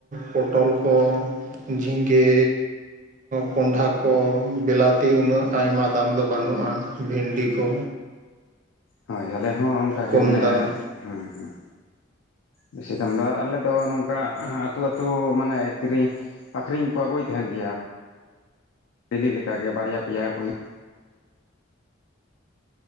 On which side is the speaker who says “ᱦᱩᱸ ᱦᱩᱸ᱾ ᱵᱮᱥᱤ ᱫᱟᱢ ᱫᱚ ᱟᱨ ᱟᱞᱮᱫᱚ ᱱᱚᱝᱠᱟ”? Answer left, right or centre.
Left